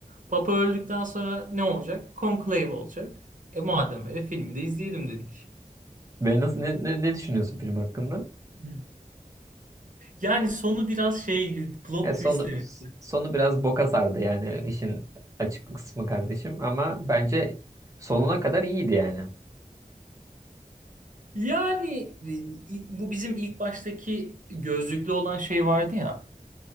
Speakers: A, on the right (about 65°); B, on the right (about 20°).
A: Papa öldükten sonra ne olacak? Conclave olacak. E madem öyle filmi de izleyelim dedik.
B: Ben nasıl ne, ne, ne düşünüyorsun film hakkında?
A: Hı. Yani sonu biraz şey plot
B: Ya sonu
A: twist'le bitti.
B: sonu biraz boka sardı yani işin açık kısmı kardeşim ama bence sonuna kadar iyiydi yani.
A: Yani e, i- bu bizim ilk baştaki gözlüklü olan şey vardı ya.